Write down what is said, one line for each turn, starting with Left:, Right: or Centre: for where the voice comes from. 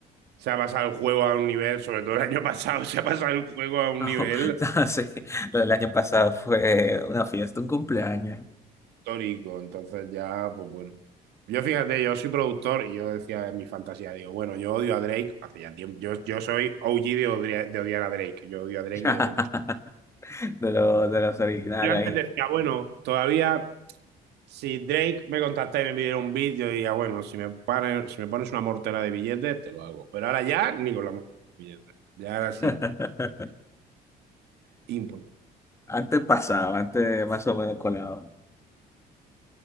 Right: se ha pasado el juego a un nivel, sobre todo el año <laughs> pasado, se ha pasado el juego a un
Left: No,
Right: nivel
Left: no, sí, lo del año pasado fue una fiesta, un cumpleaños.
Right: histórico. Entonces ya, pues bueno. Yo fíjate, yo soy productor y yo decía en mi fantasía, digo, bueno, yo odio a Drake hace ya tiempo. Yo, yo soy OG de, odiar, de odiar a Drake. Yo odio a Drake
Left: <laughs>
Right: desde hace mucho.
Left: de, lo- de los originales
Right: Yo antes
Left: ahí.
Right: decía, bueno, todavía si Drake me contacta y me pidiera un beat, yo diría, bueno, si me, pane- si me pones una mortera de billetes, te lo hago. Pero ahora ya ni con la mortera de billetes. Ya ahora sí,
Left: <laughs>
Right: imposible.
Left: Antes pasaba, antes más o menos colado.